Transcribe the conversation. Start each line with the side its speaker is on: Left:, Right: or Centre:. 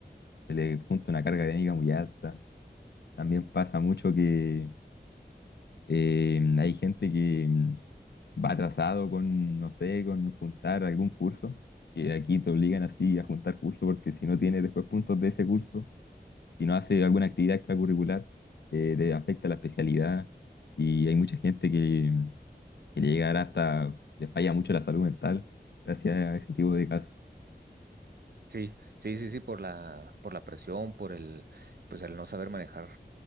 Left: se le junta una carga académica muy alta. También pasa mucho que eh, hay gente que va atrasado con, no sé, con juntar algún curso, que aquí te obligan así a juntar curso porque si no tienes después puntos de ese curso, si no haces alguna actividad extracurricular, eh, te afecta la especialidad y hay mucha gente que, que llegará hasta, le falla mucho la salud mental gracias a ese tipo de casos.
Right: Sí, sí, sí, sí, por la, por la presión, por el, pues el no saber manejar